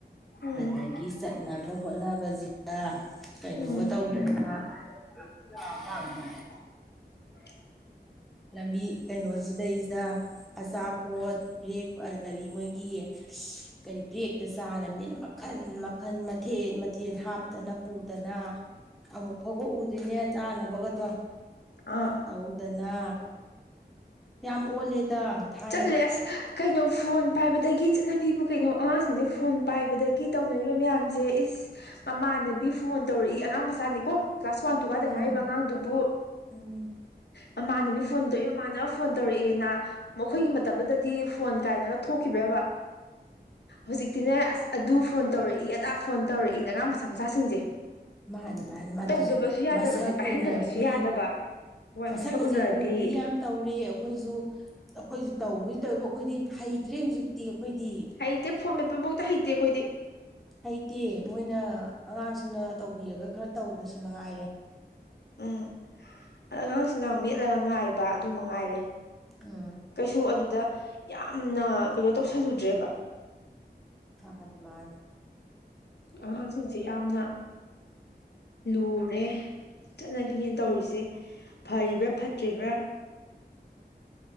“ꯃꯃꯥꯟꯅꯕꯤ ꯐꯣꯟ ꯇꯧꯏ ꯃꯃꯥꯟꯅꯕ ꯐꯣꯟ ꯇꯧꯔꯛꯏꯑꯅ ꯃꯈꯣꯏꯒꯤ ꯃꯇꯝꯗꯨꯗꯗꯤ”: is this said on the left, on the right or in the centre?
Left